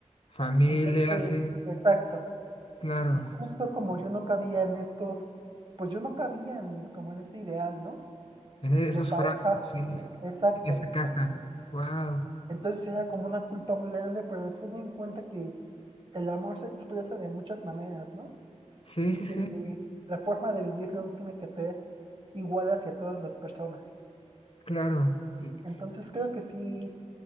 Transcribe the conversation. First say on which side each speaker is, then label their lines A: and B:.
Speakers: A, on the left; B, on the right.
A: Familia,
B: Entonces,
A: sí,
B: exacto.
A: claro.
B: Y justo como yo no cabía en estos, pues yo no cabía en como en este ideal, ¿no?
A: En esos
B: De pareja,
A: frascos, sí, en
B: exacto.
A: esa caja. Wow.
B: Entonces era como una culpa muy grande, pero después me di cuenta que el amor se expresa de muchas maneras, ¿no?
A: Sí,
B: Y
A: sí,
B: que
A: sí,
B: la forma de vivirlo no tiene que ser igual hacia todas las personas.
A: claro. Y,
B: Entonces creo que sí,